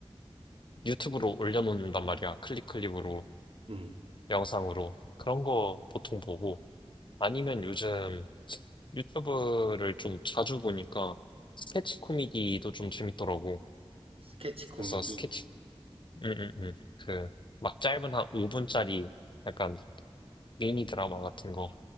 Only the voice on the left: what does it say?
유튜브로 올려놓는단 말이야. 클립 클립으로,
영상으로. 그런 거 보통 보고. 아니면 요즘 유튜브를 좀 자주 보니까 스케치 코미디도 좀 재밌더라고.
그래서 스케치, 음, 음, 음. 그, 막 짧은 한 5분짜리 약간 미니 드라마 같은 거